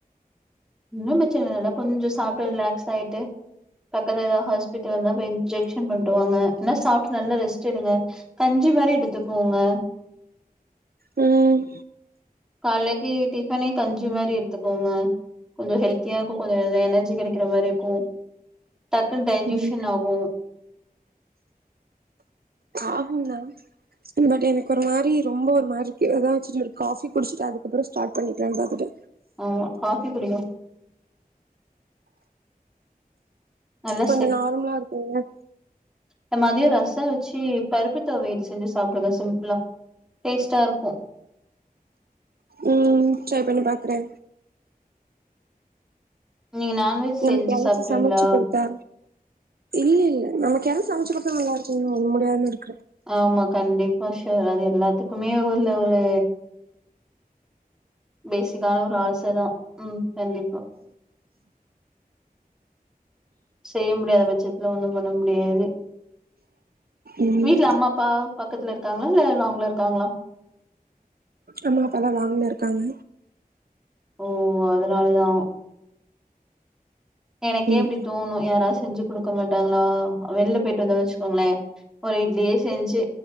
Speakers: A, in the centre; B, on the right (about 80°).
A: ஒண்ணும் பிரச்சன இல்ல கொஞ்சம் சாப்ட்டு ரிலாக்ஸ் ஆயிட்டு பக்கத்து ஏதாவது ஹாஸ்பிட்டல் இருந்தா போய் இன்ஜெக்க்ஷன் பண்ணிட்டுவாங்க என்னா சாப்ட்டு நல்லா ரெஸ்ட் எடுங்க கஞ்சி மாரி எடுத்துக்கோங்க
B: ம்
A: காலலேக்கு டிஃபனே கஞ்சி மாரி எடுத்துக்கோங்க கொஞ்ச ஹெல்தியாருக்கு கொஞ்ச எனர்ஜி கெடைக்கிற மாரி இருக்கு டக்குன்னு டைஜஷன்
B: ம்
A: ஆகு
B: ஆகுந் தா பட் எனக்கு ஒரு மாரி ரொம்ப ஒரு மாரிக்கு ஏதாச்சு ஒரு காஃபி குடிச்சிட்டு அதுக்கப்பற ஸ்டார்ட் பண்ணிக்கலானு பாத்துட்ட
A: ஆமா காபி குடிங்க நல்லா
B: கொஞ்ச நார்மலா இருக்குங்க
A: ந மதியம் ரசம் வச் சேரி பருப்பு தொவயல் செஞ்சி சாப்டுங்க சிம்பிளா டேஸ்டாருக்கும்
B: ம் ட்ரை பண்ணி பாக்கறே
A: நீங்க நான்வெஜ்
B: நமக்கு
A: செஞ்சு
B: யாராச்சும்
A: சாப்டுவீங்களா
B: சமச்சு குடுத்தா இல்லே ல்ல நமக்கு யாராது சமைச்சு குடுத்தா நல்லா இருக்கும்ல முடியாது இரு
A: ஆமா கண்டிப் பிரஷர் அது எல்லாத்துக்குமே உள்ள ஒரு பேசிக்கான ஒரு ஆச தா உம் கண்டிப்பா செய்ய முடியாத பட்சத்துல ஒண்ணும் பண்ண முடியாது
B: ம்
A: வீட்ல அம்மா அப்பா பக்கத்துல இருக்காங்களா இல்ல லாங்ல இருக்காங்களா
B: அம்மா அப்பாலா வாங்கல இருக்காங்க
A: ஓ அதுனாலயா எனக்கே
B: ம்
A: இப்டி தோணு யாராது செஞ்சு குடுக்க மாட்டாங்களா வெளில போய்ட்டு வந்தோனு வச்சுக்கோங்கள ஒரு இட்லியே செஞ்சு